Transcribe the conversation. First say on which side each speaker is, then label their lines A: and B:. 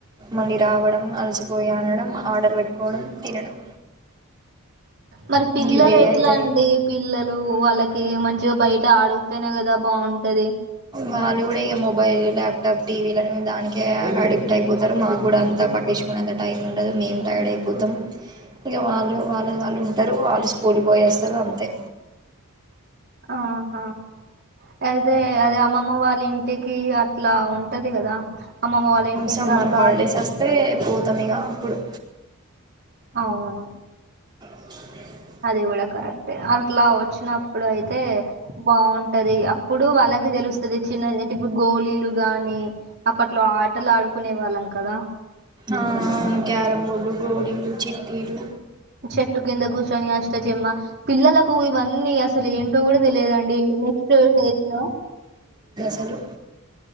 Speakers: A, on the right; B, on the right.
A: మళ్ళీ రావడం అలసిిపోయి అనడం ఆర్డర్ పెట్టుకోవడం తినడం
B: మరి పిల్లలు
A: గివే
B: ఎట్లా
A: అయితది
B: అండి పిల్లలు వాళ్ళకి మంచి బయట ఆడుగుతేనే కదా బాగుంటది
A: వాళ్ళు కూడా ఇక మొబైల్ ల్యాప్టాప్ టీవీలునే దానికే అడిక్ట్ అయిపోతారు మాకు కూడా అంత పట్టి నచుకునే అంత టైం ఉండదుో మేము టైర్డ్ అయిపోతాం ఇంకా వాళ్ళు వాళ్ళ వాళ్ళు ఉంటారు వాళ్ళు స్కూల్కి పోయేస్తారు అంతే
B: ఆహా అయితే అదే అమ్మమ్మ వాళ్ళ ఇంటికి అట్లా ఉంటది కదా అమ్మమ్మ వాళ్ళ ఇంటికి
A: సమ్మర్
B: అట్లా
A: హాలిడేస్
B: వచ్చి-
A: వస్తే పోతాం ఇక అప్పుడు
B: అవును
A: అ
B: అది కూడా కరెక్ట్ ఏ. అట్ల వచ్చినప్పుడు అయితే బావుంటది. అప్పుడు వాళ్ళ కి తెలుస్తది చిన్న అంటే ఇపు గోళీలు గాని, అప్పట్లో ఆటలు ఆడుకునే వాళ్ళం కదా.
A: ఆ అవును క్యారం బోర్డ్లు, గోలీలు, చిటీలు
B: చెట్టు కింద కుసోని అష్టచమ్మ, పిల్లలకు ఇవన్నీ అస్ అసలు ఏంటో కూడా తెలియదుండి నెక్స్ట్ డేస్ లో
A: హలో